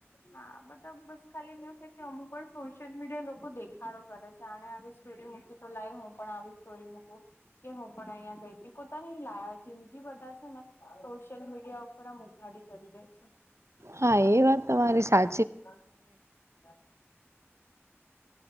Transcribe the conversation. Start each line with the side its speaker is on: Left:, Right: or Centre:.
Left: હા બધા બસ ખાલી એ એવું થાય કે અમુ પણ સોશિયલ મીડિયા લોકો દેખાડો કરે છે. જાણે આવી સ્ટોરી મૂકી તો લાઈવ હું પણ આવી સ્ટોરી મૂકું કે હું પણ અહિયાં ગઈ હતી પોતાની લા જિંદગી બધા છે. ને સોશિયલ મીડિયા ઉપર આમ ઉઘાડી કરી દે છે.
Right: હા એ વાત તમારી સા
Left: હા.